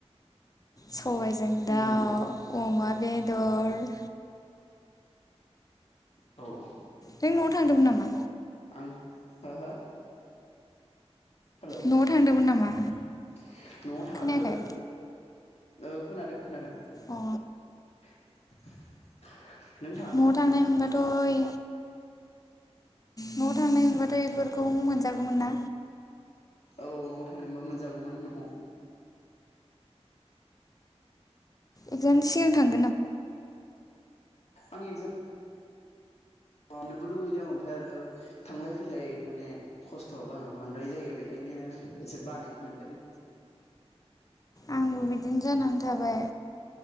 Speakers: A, on the left; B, on the left.
A: सबायजों
B: होम
A: दाउ अमा बेदर
B: औ
A: नों न'आव थांदोंमोन नामा?
B: आं हो हो हेलौ
A: न'आव थांदोंमोन नामा
B: न'आव थाङाखै
A: खोनायाखै
B: औ खोनादों खोनादों
A: अ
B: <inaudible>
A: न'आव थांनाय
B: नामा
A: मोनबाथ'ओइ न' थांनायमोनबाथाय बेफोरखौ मोनजागौमोन ना
B: औ न'आव थांनायबा मोनजागौमोन न'आव
A: एगजामनि सिगां थां
B: आंनि एगजाम मावनोबो लुुबैदों ओमफ्राय आरो थांलाय फैलाय माने खस्थ'आ बांद्राय जायो बेखायनो एसे बानाय मोनदों‌।
A: आंबो बिदिनो जानानै थाबाय